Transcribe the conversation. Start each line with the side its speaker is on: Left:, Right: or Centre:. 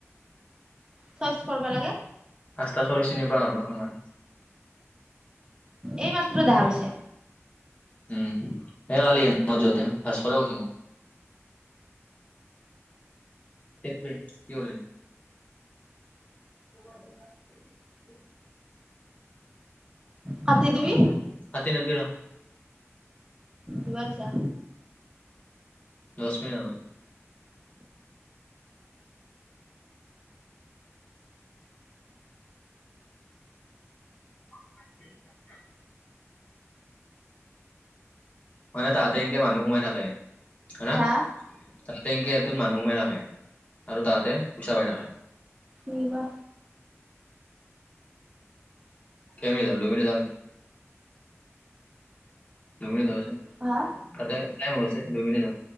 Left: চাচ
Right: চইচ কৰিব
Left: কৰবা
Right: লাগে
Left: পাঁচটা চলিক চিনি পাওঁ আৰু আমাৰ
Right: এই মাত্ৰ দেখা পাইছে।
Left: উম সে কালি এ মই যাওঁতে ভাস্কৰে কৈছে মোক সেইটোৱে কি কৰলি <unintelligible>
Right: কাটি দিবি।
Left: কাটি নেদবি ৰহ্।
Right: ইমান ছা
Left: দছ মিনিট নহলে <unintelligible> মানে তাহাঁতে এনকে মানুহ সোমাই থাকে হ না।
Right: হা
Left: তাতে এনকে এপটোত মানুহ সোমাই থাকে আৰু তাহতে পইচা পাই থাকে।
Right: নিবা
Left: কেই মিনিট হল দুই মিনিট হল দুই মিনিট হৈছে
Right: হা
Left: তাতে টাইম হৈ গৈছে দুই মিনিট ৰ